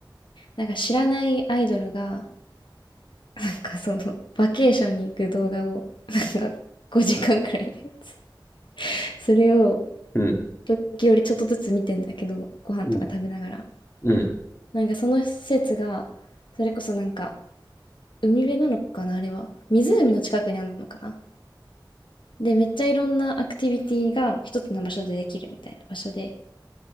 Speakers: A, on the left; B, on the left.
A: なんか知らないアイドルが、なんかその、バケーションに行く動画を、なんか5時間くらいのやつ。それを、
B: うん、
A: 時折ちょっとずつ見てんだけど、ご飯とか食べながら。
B: うん、うん、
A: なんかその施設が、それこそなんか、海辺なのかな、あれは。湖の近くにあるのかな。で、めっちゃいろんなアクティビティが一つの場所でできるみたいな場所で。